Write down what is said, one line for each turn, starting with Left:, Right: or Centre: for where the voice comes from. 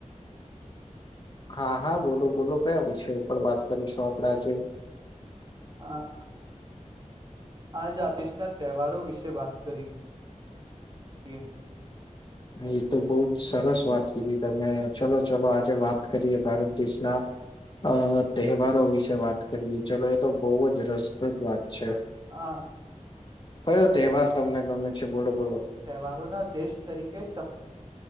Left: હા હા બોલો બોલો કયા વિષય ઉપર વાત કરીશું આપડ આજે
Right: હા. આજ આપીેશના તહેવારો વિશે વાત કરી યે.
Left: એ તો બહું જ સરસ વાત કીધી તમે ચલો ચલો આજે વાત કરીએ ભારત દેશના અ તહેવારો વિશે વાત કરીએ ચલો એ તો બહુ જ રસપ્રદ વાત છે
Right: હા.
Left: કયો તહેવાર તમને ગમે છે બોલો? બોલો
Right: તહેવારોના દેશ તરીકે સ